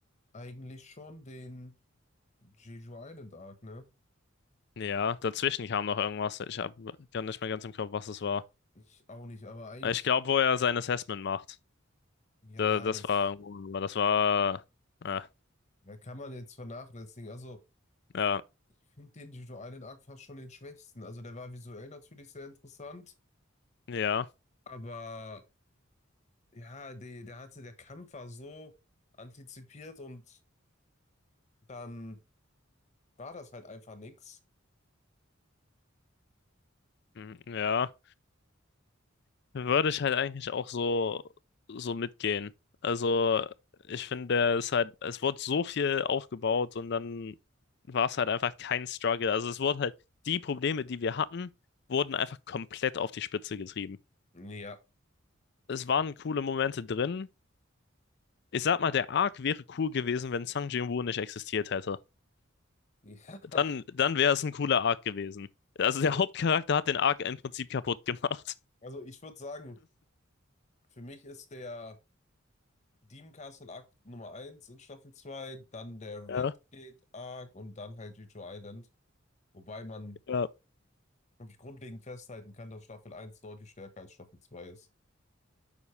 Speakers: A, on the left (about 35°); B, on the left (about 55°).
A: eigentlich schon den Jeju Island Arc, ne?
B: Ja, dazwischen kam noch irgendwas. Ich habe gar nicht mehr ganz im Kopf, was es war.
A: Ich auch nicht, aber eigentlich,
B: Ich glaube, wo er sein Assessment macht.
A: ja,
B: Da, das
A: das
B: war, oh, das war, ja,
A: ja, kann man jetzt vernachlässigen. Also,
B: ja,
A: ich finde den Jeju Island Arc fast schon den schwächsten. Also, der war visuell natürlich sehr interessant,
B: ja,
A: aber Ja, der, der hatte, der Kampf war so antizipiert und dann war das halt einfach nix.
B: mm, ja. Würde ich halt eigentlich auch so, so mitgehen. Also, ich finde, es ist halt, es wurde so viel aufgebaut und dann war es halt einfach kein Struggle. Also, es wurde halt, die Probleme, die wir hatten, wurden einfach komplett auf die Spitze getrieben.
A: Ja.
B: Es waren coole Momente drin. Ich sag mal, der Arc wäre cool gewesen, wenn Sang Jin-Woo nicht existiert hätte.
A: <laughs>
B: Dann,
A: Ja.
B: dann wäre es ein cooler Arc gewesen. Also
A: Also,
B: der Hauptcharakter hat den Arc im Prinzip kaputt gemacht.
A: also ich würde sagen, für mich ist der Dean Castle Arc Nummer eins in Staffel 2, dann der
B: Ja,
A: Redgate Arc und dann halt Jeju Island. Wobei man,
B: ja.
A: glaube ich, grundlegend festhalten kann, dass Staffel eins deutlich stärker als Staffel 2 ist.